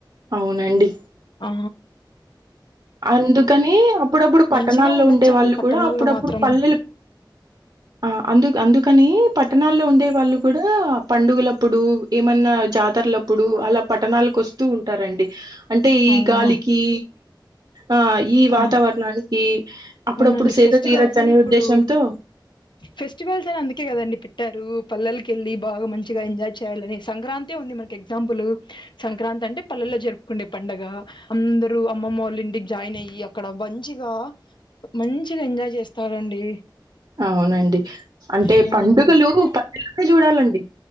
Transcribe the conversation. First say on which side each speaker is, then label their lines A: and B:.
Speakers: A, on the right; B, on the left.
A: అవునండి
B: ఆ
A: అందుకని అప్పుడప్పుడు పట్టణాల్లో
B: మంచిగా ఉండొచ్చండి
A: ఉండే వాళ్ళు
B: పట్టణాల్లో
A: కూడా అప్పుడప్పుడు
B: మాత్రము
A: పల్లెలు ఆ అందు అందుకని పట్టణాల్లో ఉండే వాళ్ళు కూడా పండుగలప్పుడు ఏమన్నా జాతరలప్పుడు అలా పట్టణాలకు వస్తూ ఉంటారండి అంటే ఈ
B: అవును
A: గాలికి ఆ ఈ వాతావరణానికి
B: ఆ
A: అప్పుడప్పుడు
B: అవునండి
A: సీత
B: ఫెస్టివల్స్
A: తీరచ్చ
B: అని
A: అనే
B: ఇప్పుడు
A: ఉద్దేశంతో
B: ఫెస్టివల్స్ అని అందుకే కదండి పెట్టారు పల్లలకి వెళ్ళి బాగా మంచిగా ఎంజాయ్ చే చేయాలని సంక్రాంతి ఉంది మనకి ఎగ్జాంపుల్ సంక్రాంతి అంటే పల్లెల్లో జరుపుకుండే పండగ అందరూ అమ్మమ్మ వాళ్ళ ఇంటికి జాయిన్ అయ్యి అక్కడ అంతా మంచిగా మంచిగా ఎంజాయ్ చేస్తారండి
A: అవునండి అంటే
B: అవునండి
A: పండుగలు పండుగలనే చూడాలండి